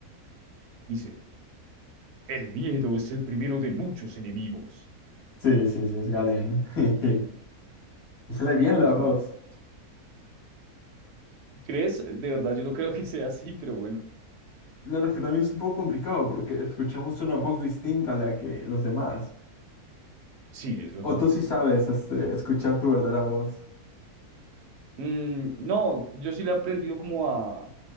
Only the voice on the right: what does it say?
dice, el miedo es el primero de muchos enemigos.
No,
es
muy... ¿Crees? De verdad, yo no creo que sea así, pero bueno.
Sí, es verdad.
Mm, no, yo sí le he aprendido como a,